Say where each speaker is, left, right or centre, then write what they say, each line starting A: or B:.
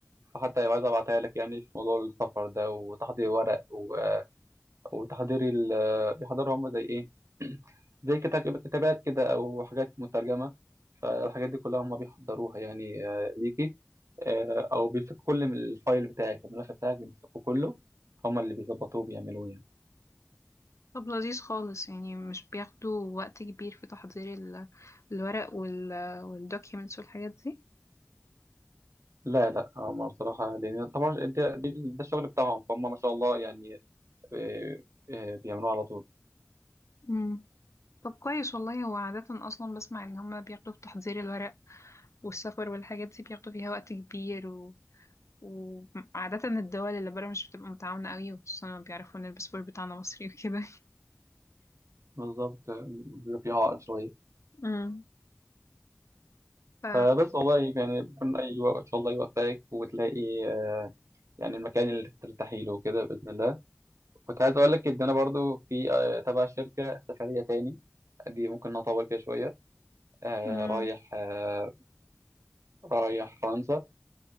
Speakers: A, on the right; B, on the left.
A: فحتى عايز ابعتها لك يعني في موضوع السفر ده وتحضير ورق و- آه، وتحضير ال آه، بيحضروا هم زي ايه <clears throat> زي كتاب- كتابات كده او حاجات مترجمه فالحاجات دي كلها هم بيحضروها يعني آه، ليكي آه، او بيمسكوا كل من الفايل بتاعك الملف بتاعك بيمسكوا كله هم اللي بيظبطوه بيعملوه يعني
B: طب لذيذ خالص يعني مش بياخدوا وقت كبير في تحضير ال... الورق وال والدوكيومنتس والحاجات دي
A: لا لا هم بصراحه لان طبعا ده, ده الشغل بتاعهم فهم ما شاء الله يعني آه، آه، بيعملوه على طول
B: مم. طب كويس والله هو عادة أصلا بسمع إن هما بياخدوا في تحضير الورق والسفر والحاجات دي بياخدوا فيها وقت كبير و... وعادة الدول اللي برا مش بتبقى متعاونة قوي وخصوصا لما بيعرفوا إن الباسبور بتاعنا مصري <laughs> وكده
A: بالظبط بيبقى في عائق شوية
B: مم. ف
A: فبس والله يعني ربنا يوفق إن شاء الله يوفقك وتلاقي آه، يعني المكان اللي ترتاحي له كده بإذن الله كنت عايز أقول لك إن أنا برضو في آه، تبع شركة سفرية تاني دي ممكن نطول فيها شوية آه،
B: مم.
A: رايح آه، رايح فرنسا